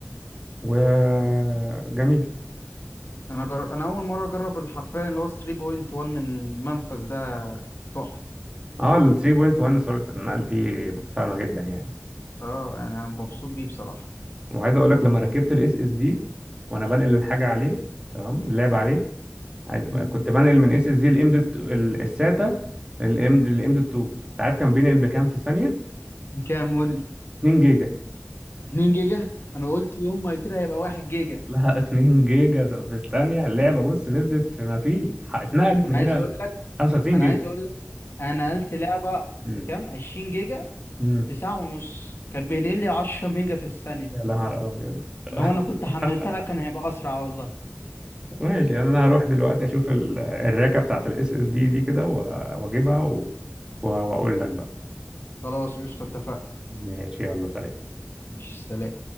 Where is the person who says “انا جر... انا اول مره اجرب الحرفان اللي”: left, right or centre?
Left